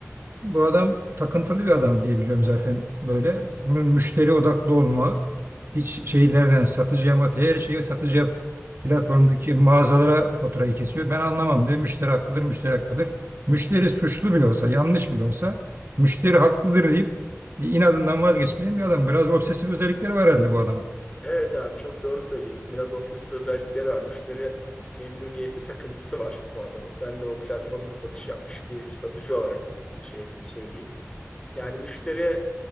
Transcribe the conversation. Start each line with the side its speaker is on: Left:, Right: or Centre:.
Right: bu adam takıntılı bir adam diye biliyorum zaten böyle. Bunun müşteri odaklı olma, hiç şeylerden satıcıya matıya her şeyi satıcıya platformdaki mağazalara faturayı kesiyor. Ben anlamam diyor. Müşteri haklıdır, müşteri hakkıdır. Müşteri suçlu bile olsa, yanlış bile olsa müşteri haklıdır deyip inadından vazgeçmeyen bir adam. Biraz obsesif özellikleri var herhalde bu adamın.
Left: evet abi çok doğru söylüyorsun. Biraz obsesif özellikleri var. Müşteri memnuniyeti takıntısı var bu adamın. Ben de o platformda satış yapmış bir satıcı olarak şey yapayım söyleyeyim. Yani müşteri